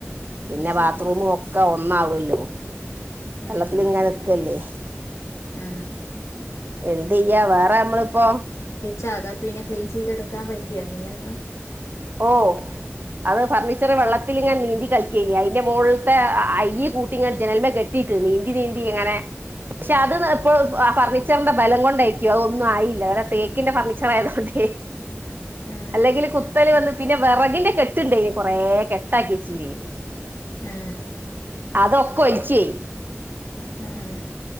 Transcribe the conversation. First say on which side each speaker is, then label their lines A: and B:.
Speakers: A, on the right; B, on the left.
A: പിന്നെ
B: അത് ശരി
A: ബാത്റൂമും ഒക്കെ ഒന്നാവല്ലോ
B: ആ
A: വെള്ളത്തിങ്ങനെ
B: ആ
A: നിക്കല്ലേ.
B: ആ
A: എന്തെയ്യ വേറെ നമ്മളിപ്പോ
B: ചാത പിന്നെ ക്ലീൻ ചെയ്തെടുക്കാൻ പറ്റ്യോ അങ്ങനെ ഒന്ന്
A: ഓഹ്. അത് ഫർണീച്ചർ വെള്ളത്തില് ഇങ്ങനെ നീന്തി കളിക്കേനി അയ്ന്റെ മോൾത്തെ അയ്യ് കൂട്ടിങ്ങനെ ജനൽമ്മെ കെ ട്ടീട്ട് നീന്തി നീന്തി ഇങ്ങനെ പക്ഷെ അത് ഇപ്പോ ആഹ് ഫർണിച്ചർന്റെ ബലം കൊണ്ടേയിക്ക്യും അതൊന്നും ആയില്ല തേക്കിന്റെ ഫർണീച്ചർ ആയത് കൊണ്ടേ
B: ആ
A: അല്ലെങ്കില് കുത്തല് വന്ന് പിന്നെ വെറകിന്റെ കെട്ട്ണ്ടേനി കൊറേ കെട്ടാക്കിച്ചീനി.
B: ആ
A: അതൊക്കെ ഒൽച്ചെ
B: ആഹ് ആഹ്.